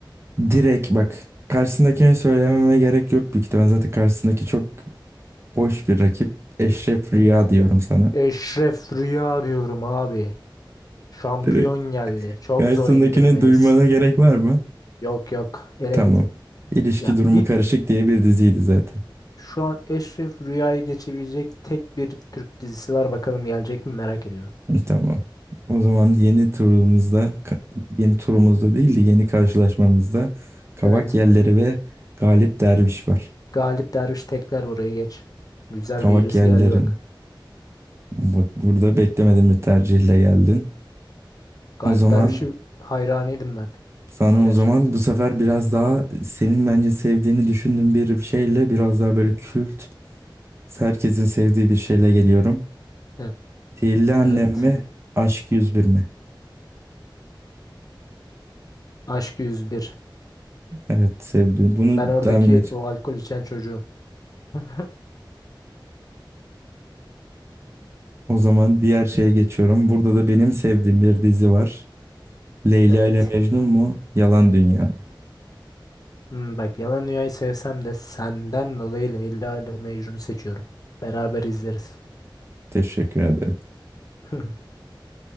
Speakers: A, on the right; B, on the left.
A: direkt bak karşısındakine söylememe gerek yok büyük ihtimal. Zaten karşısındaki çok boş bir rakip. Eşref
B: Evet.
A: Rüya diyorum sana.
B: Eşref Rüya diyorum abi. Şampiyon
A: Direkt
B: geldi. Çok
A: karşısındakini
B: zor indirmeniz.
A: duymana gerek var mı?
B: Yok yok ele
A: Tamam.
B: git.
A: İlişki
B: Ya
A: durumu
B: bir
A: karışık diye bir diziydi zaten.
B: şu an Eşref Rüya'yı geçebilecek tek bir Türk dizisi var. Bakalım gelecek mi merak ediyorum.
A: <laughs> Tamam. O zaman yeni turumuzda, ka- yeni turumuzda değil de yeni karşılaşmamızda Kavak
B: Evet.
A: Yerleri ve Galip Derviş var.
B: Galip Derviş tekrar buraya geç. Güzel
A: Kavak
B: bir irisi
A: Yerlerin.
B: geldi bak.
A: Bak burada beklemedim bir tercihle geldin.
B: Galip
A: O zaman
B: Derviş'i hayranıydım ben.
A: sana
B: Gerçekten.
A: o zaman bu sefer biraz daha senin bence sevdiğini düşündüğüm bir şeyle biraz daha böyle kült, herkesin sevdiği bir şeyle geliyorum.
B: E-
A: Sihirli Annem
B: Evet.
A: mi? Aşk 101 mi?
B: Aşk yüz bir
A: Evet sevdim. Bunu
B: Ben oradaki
A: tahmin et.
B: o alkol içen çocuğum. <laughs>
A: O zaman diğer şeye geçiyorum. Burada da benim sevdiğim bir dizi var. Leyla
B: Evet.
A: ile Mecnun mu? Yalan Dünya mı?
B: Hmm, bak Yalan Dünya'yı sevsem de senden dolayı Leyla ile Mecnun'u seçiyorum. Beraber izleriz.
A: Teşekkür ederim.
B: <laughs>